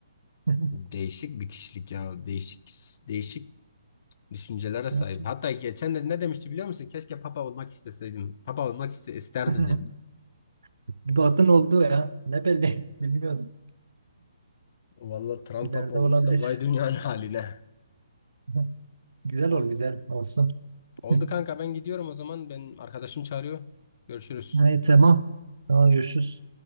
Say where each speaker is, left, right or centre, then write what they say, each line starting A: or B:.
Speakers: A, on the left; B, on the right.
A: <laughs>
B: <laughs>
A: Değişik bir kişilik ya. Değişik değişik düşüncelere sahip.
B: Ya çok
A: Hatta geçen de ne demişti biliyor musun? Keşke papa olmak isteseydim. Papa olmak iste- isterdim
B: <laughs>
A: demiş.
B: bir batın oldu ya. Ne belli <laughs> bilmiyoruz.
A: Vallahi Trump
B: İleride
A: papa olursa
B: olabilir.
A: vay dünyanın haline.
B: <laughs> Güzel
A: Ol,
B: ol güzel olsun.
A: Oldu
B: <laughs>
A: kanka ben gidiyorum o zaman. Ben arkadaşım çağırıyor. Görüşürüz.
B: Evet tamam. Tamam görüşürüz.